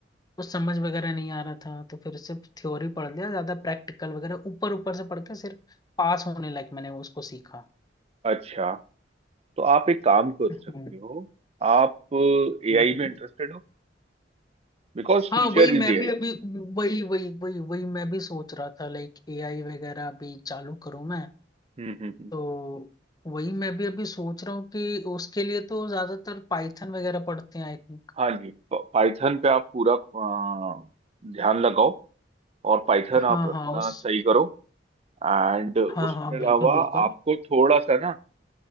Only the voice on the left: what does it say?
कुछ समझ वगैरह नहीं आ रहा था तो फिर सिर्फ थ्योरी पढ़ लिया ज्यादा प्रैक्टिकल वगैरह ऊपर ऊपर से पढ़ के सिर्फ पास होने लायक मैंने उसको सीखा
हम्म
हम्म।
हाँ
वही मैं
भी अभी वही वही वही वही मैं भी सोच रहा था लाइक एआई वगैरह अभी चालू करूँ मैं
तो वही मैं भी अभी सोच रहा हूँ कि उसके लिए तो ज्यादातर पाइथन वगैरह पढ़ते हैं आई थिंक
हाँ
हाँ उस
हाँ हाँ
बिल्कुल बिल्कुल